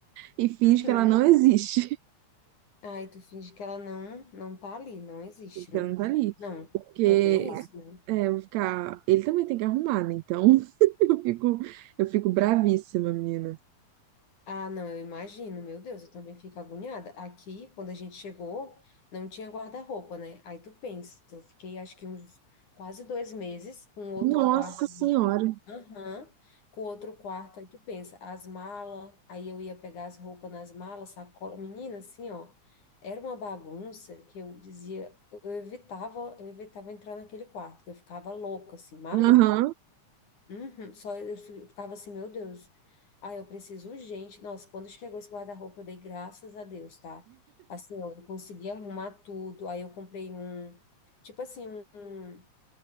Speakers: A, on the right; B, on the left.
A: e finge
B: Uhum.
A: que ela não existe. <laughs>
B: Aí tu finge que ela não, não tá ali, não existe,
A: Finge
B: né?
A: que ela não tá ali.
B: Não,
A: Porque
B: é bem isso, né?
A: é, é, eu vou ficar. Ele também tem que arrumar, né? Então <laughs> eu fico, eu fico bravíssima, menina.
B: Ah, não, eu imagino, meu Deus, eu também fico agoniada. Aqui, quando a gente chegou, não tinha guarda-roupa, né? Aí tu pensa, eu fiquei acho que uns quase dois meses com outro
A: Nossa
B: quarto
A: senhora.
B: ali que. Aham, com outro quarto, aí tu pensa, as malas, aí eu ia pegar as roupas nas malas, sacola, menina, assim, ó, era uma bagunça que eu dizia, eu eu evitava, eu evitava entrar naquele quarto, que eu ficava louca, assim, maluca.
A: Aham,
B: Uhum, só eu fi- ficava assim, meu Deus. Ah, eu preciso urgente. Nossa, quando chegou esse guarda-roupa, eu dei graças a Deus, tá? Assim, ó, eu consegui arrumar tudo. Aí eu comprei um, tipo assim, um